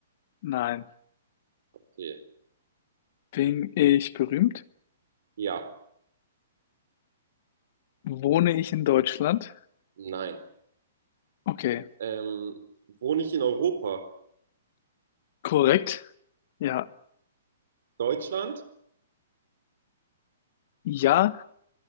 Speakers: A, on the left; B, on the right.
A: Nein.
B: Okay.
A: Bin ich berühmt?
B: Ja,
A: Wohne ich in Deutschland?
B: nein.
A: Okay,
B: Ähm, wohne ich in Europa?
A: korrekt. Ja,
B: Deutschland?
A: ja,